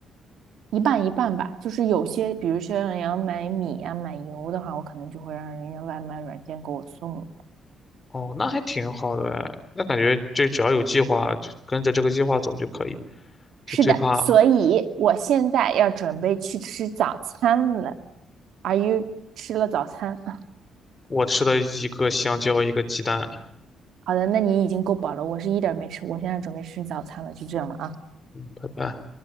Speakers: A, on the right (about 75°); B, on the left (about 25°).
A: 一半一半吧，就是有些，比如说你要买米啊、买油的话，我可能就会让人家外卖软件给我送。
B: 哦，那还挺好的哎，那感觉就只要有计划，就跟着这个计划走就可以。
A: 是的，
B: 就最怕
A: 所以我现在要准备去吃早餐了。Are you 吃了早餐？<laughs>
B: 我吃了一个香蕉，一个鸡蛋。
A: 好的，那你已经够饱了，我是一点没吃，我现在准备吃早餐了，就这样了啊。
B: 拜拜。